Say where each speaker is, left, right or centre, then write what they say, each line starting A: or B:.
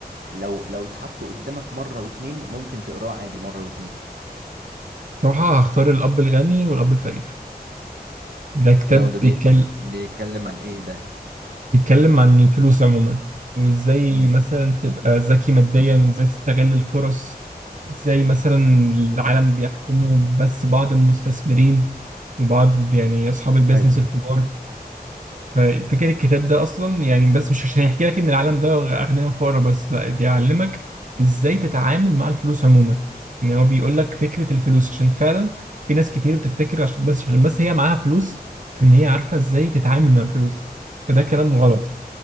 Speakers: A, on the right (about 75°); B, on the right (about 50°).
A: لو لو اتحط قدامك مرة واتنين ممكن تقراه عادي مرة واتنين
B: بصراحه هختار الاب الغني والاب الفقير ده كتاب
A: لو ده بي...
B: بيتكلم
A: بيتكلم عن ايه ده
B: بيتكلم عن الفلوس عموما وازاي
A: امم
B: مثلا تبقى ذكي ماديا وازاي تستغل الفرص ازاي مثلا العالم بيحكمه بس بعض المستثمرين وبعض يعني اصحاب البيزنس
A: ايوه
B: الكبار ففكرة الكتاب ده اصلا يعني بس مش عشان يحكي لك ان العالم ده اغنياء وفقراء بس لا بيعلمك ازاي تتعامل مع الفلوس عموما ان هو بيقول لك فكرة الفلوس عشان فعلا في ناس كتير بتفتكر عشان بس عشان بس هي معاها فلوس فان هي عارفة ازاي تتعامل مع الفلوس فده كلام غلط